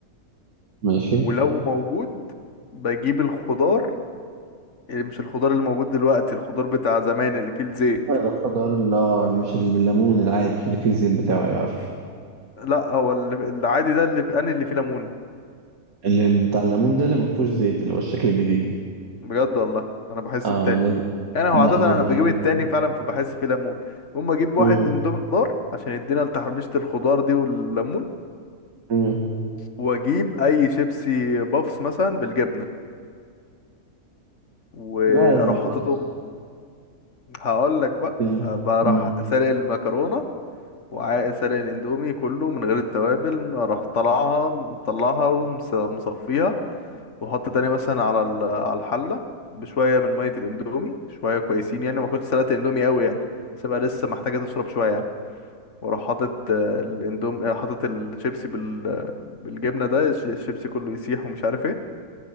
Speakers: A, on the right; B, on the left.
A: ماشي
B: ولو موجود بجيب الخضار يعني مش الخضار اللي موجود دلوقتي الخضار بتاع زمان اللي فيه الزيت
A: انا بفضل لا مش ال- بالليمون العادي اللي فيه الزيت بتاعه أيوة عارفه
B: لا هو اللي العادي ده اللي في- انا اللي فيه ليمون
A: اللي اللي بتاع الليمون ده اللي ما فيهوش زيت اللي هو الشكل الجديد
B: بجد والله انا بحس
A: اه
B: التاني
A: ده بي...
B: انا هو
A: لا
B: عاده
A: ده يعني
B: انا بجيب التاني فعلا فبحس فيه ليمون اقوم اجيب
A: امم
B: واحد اندومي خضار عشان يدينا لتحبيشه الخضار دي والليمون
A: امم
B: واجيب اي شيبسي بافس مثلا بالجبنه واروح
A: لا لا ما تقولش
B: حاططهم هقول لك بقى
A: يعني
B: بروح
A: مم.
B: سالق المكرونه وسالق الاندومي كله من غير التوابل اروح طلعها مطلعها ومصفيها واحط تاني مثلا على ال- على الحله بشويه من ميه الاندومي شويه كويسين يعني ما كنتش سلقت الاندومي قوي يعني سيبها لسه محتاجه تشرب شويه يعني واروح حاطط آه، الاندوم آه، حاطط الشيبسي بال بالجبنه ده الش- الشيبسي كله يسيح ومش عارف ايه